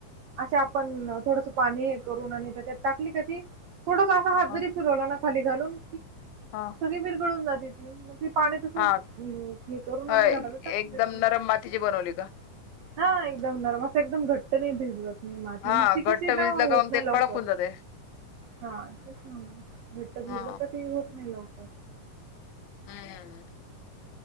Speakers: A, on the right; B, on the left.
A: असं आपण थोडसं पाणी हे करून आणि त्याच्यात टाकली का ती थोडंस. हात
B: हा
A: जरी फिरवला ना खाली घालून.
B: हा,
A: ती विरघळून जाते ती मग. ती पाणी तसंच
B: हा
A: हे करून
B: हा
A: आणि झाडाला टाकून
B: एकदम
A: देते.
B: नरम मातीची बनवली का?
A: हा एकदम नरम असं एकदम घट्ट नाही भिजवत. मी माती
B: हा
A: मग ती
B: घट्ट
A: कशी
B: भिजलं
A: ना होत
B: का मग
A: नाही
B: ते
A: लवकर.
B: कडक होऊन जाते
A: हा तेच <unintelligible> घट्ट भलं
B: हा
A: तर ते होत नाही लवकर
B: <inaudible>